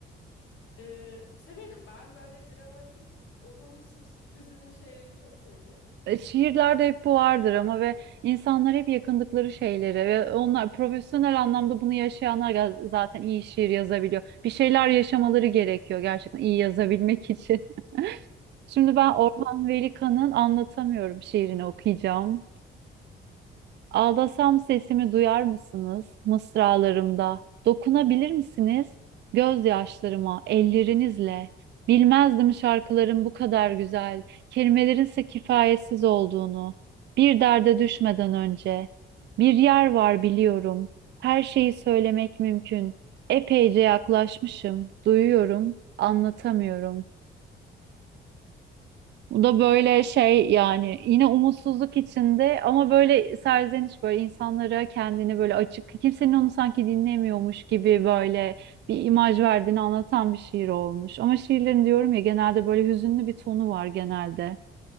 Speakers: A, on the left; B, on the right.
A: Ee, severim. Ben böyle dramatik, olumsuz, hüzünlü şeyleri çok severim.
B: E, Şiirlerde hep bu vardır ama ve insanlar hep yakındıkları şeyleri ve onlar profesyonel anlamda bunu yaşayanlar ga- zaten iyi şiir yazabiliyor. Bir şeyler yaşamaları gerekiyor gerçekten iyi yazabilmek için. <laughs> Şimdi ben
A: Bakın
B: Orhan Veli Kanık'ın Anlatamıyorum şiirini okuyacağım. Ağlasam sesimi duyar mısınız mısralarımda? Dokunabilir misiniz gözyaşlarıma, ellerinizle? Bilmezdim şarkıların bu kadar güzel, kelimelerin ise kifayetsiz olduğunu. Bir derde düşmeden önce. Bir yer var biliyorum. Her şeyi söylemek mümkün. Epeyce yaklaşmışım, duyuyorum, anlatamıyorum. Bu da böyle şey yani yine umutsuzluk içinde ama böyle serzeniş böyle insanlara kendini böyle açık kimsenin onu sanki dinlemiyormuş gibi böyle bir imaj verdiğini anlatan bir şiir olmuş. Ama şiirlerin diyorum ya genelde böyle hüzünlü bir tonu var genelde.